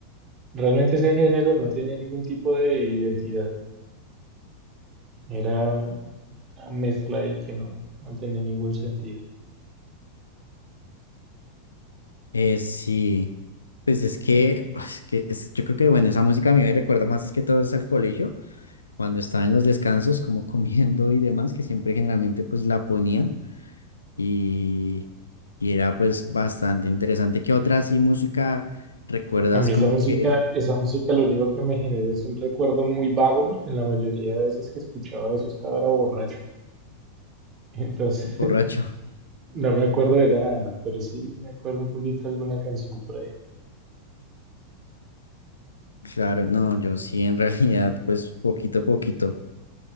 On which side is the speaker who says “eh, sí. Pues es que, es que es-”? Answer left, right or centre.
Left